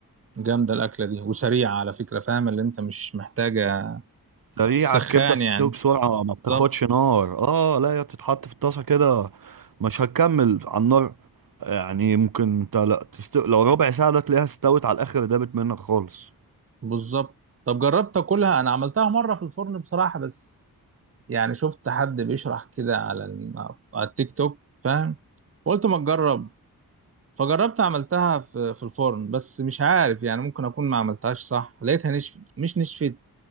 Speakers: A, on the right; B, on the right.
A: جامده الاكله دي وسريعه على فكره فاهم اللي انت مش محتاجه
B: سريعة
A: السخان
B: الكبدة بتستوي
A: يعني
B: بسرعة ما بتاخدش
A: بالظبط
B: نار اه لا هي بتتحط في الطاسة كده مش هتكمل على النار يعني ممكن انت لا تست... لو ربع ساعة ده تلاقيها استوت على الآخر دابت منك خالص
A: بالظبط طب جربت اكلها انا عملتها مره في الفرن بصراحه بس يعني شفت حد بيشرح كده على ال- على التيك توك فاهم قلت ما تجرب فجربت عملتها في في الفرن بس مش عارف يعني ممكن اكون ما عملتهاش صح لقيتها نشف مش نشفت